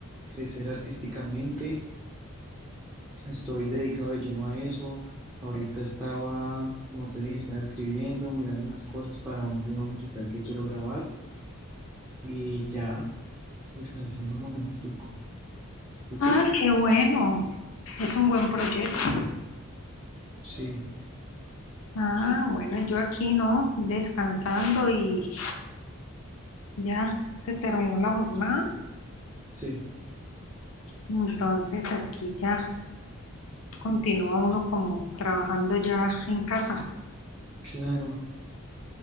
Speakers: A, on the right; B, on the left.
A: crecer artísticamente. Estoy dedicado de lleno a eso. Ahorita estaba, como te dije, estaba escribiendo, mirando unas cosas para un video musical que quiero grabar y ya descansando un momentico. ¿Y tú?
B: Ah, qué bueno, es un buen proyecto.
A: Sí,
B: Ah, bueno, yo aquí no, descansando y ya se terminó la jornada,
A: sí,
B: entonces aquí ya continúa uno como trabajando ya en casa.
A: claro.